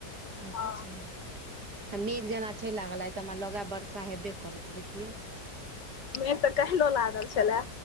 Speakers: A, on the right (about 65°); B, on the left (about 80°).
A: अच्छा
B: हँ
A: आ मेघ जेना छै लागल आइ तऽ हमरा लगाइय वर्षा हेबे करत देखियौ
B: मेघ तऽ काइलो लागल छलए